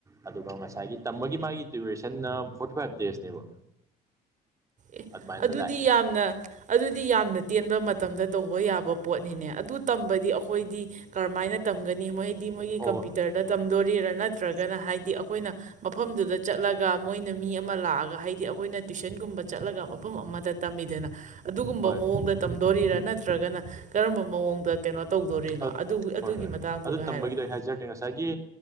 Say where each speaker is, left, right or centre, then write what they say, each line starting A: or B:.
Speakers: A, on the right (about 20°); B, on the right (about 45°).
A: ꯑꯗꯨꯒ ꯉꯁꯥꯏꯒꯤ ꯇꯝꯕꯒꯤ ꯃꯥꯒꯤ ꯗ꯭ꯌꯨꯔꯦꯁꯟꯅ ꯐꯣꯔꯇꯤ ꯐꯥꯏꯚ ꯗꯦꯖꯅꯦꯕ
B: ꯑꯦ
A: ꯑꯗꯨꯃꯥꯏꯅ
B: ꯑꯗꯨꯗꯤ
A: ꯂꯥꯛꯑꯦ
B: ꯌꯥꯝꯅ ꯑꯗꯨꯗꯤ ꯌꯥꯝꯅ ꯇꯦꯟꯕ ꯃꯇꯝ ꯃꯇꯝꯗ ꯇꯧꯕ ꯌꯥꯕ ꯄꯣꯠꯅꯤꯅꯦ ꯑꯗꯨ ꯇꯝꯕꯗꯤ ꯑꯩꯈꯣꯏꯗꯤ ꯀꯔꯝꯍꯥꯏꯅ ꯇꯝꯒꯅꯤ ꯃꯣꯏ ꯃꯣꯏꯒꯤ
A: ꯑꯣ
B: ꯀꯝꯄ꯭ꯌꯨꯇꯔꯗ ꯇꯝꯗꯣꯔꯤꯔꯥ ꯅꯠꯇ꯭ꯔꯒꯅ ꯍꯥꯏ ꯍꯥꯏꯗꯤ ꯑꯩꯈꯣꯏꯅ ꯃꯐꯝꯗꯨꯗ ꯆꯠꯂꯒ ꯃꯣꯏꯅ ꯃꯤ ꯑꯃ ꯂꯥꯛꯑꯒ ꯍꯥꯏꯗꯤ ꯑꯩꯈꯣꯏꯅ ꯇꯨꯏꯁꯟꯒꯨꯝꯕ ꯆꯠꯂꯒ ꯃꯐꯝ ꯑꯃꯗ ꯇꯝꯃꯤꯗꯅ ꯑꯗꯨꯒꯨꯝꯕ
A: ꯍꯣꯏ
B: ꯃꯑꯣꯡꯗ ꯇꯝ ꯗꯣꯔꯤꯔꯥ ꯅꯠꯇ꯭ꯔꯒꯅ ꯀꯔꯝꯕ ꯃꯑꯣꯡꯗ ꯀꯩꯅꯣ ꯇꯧꯗꯣꯔꯤꯅꯣ
A: ꯍꯣꯏ
B: ꯑꯗꯨ ꯑꯗꯨꯒꯤ
A: ꯍꯣꯏ
B: ꯃꯇꯥꯡꯗꯨꯒ
A: ꯑꯗꯨ ꯇꯝꯕꯒꯤꯗꯣ
B: ꯍꯥꯏꯔꯣꯅꯦ
A: ꯑꯩ ꯍꯥꯏꯖꯔꯛꯀꯦ ꯉꯁꯥꯏꯒꯤ